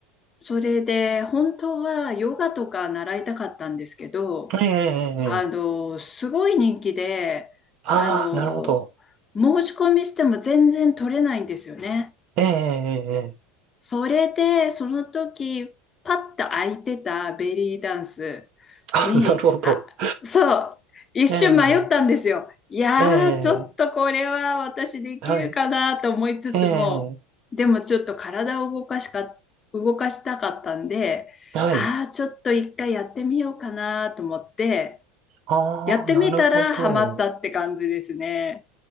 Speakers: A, on the left; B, on the right.
A: それで、本当はヨガとか習いたかったんですけど、
B: ええ、ええ、
A: あの、
B: ええ
A: すごい人気で、
B: ああ、
A: あの、
B: なるほど。
A: 申し込みしても全然取れないんですよね。
B: ええ、ええ、ええ
A: それで、その時、パッと空いてたベリーダンス
B: あ、
A: に、
B: なるほど。
A: あ、そう、一瞬迷ったんですよ。
B: ええ、
A: いやー、
B: え
A: ちょっとこれは私できるかなと思いつつも、
B: え、はい。ええ、
A: でもちょっと体を動かしか、動かしたかったんで、
B: はい。
A: あー、ちょっと一回やってみようかなと思って、
B: ああ、
A: やってみたらハマったって感じですね。
B: なるほど。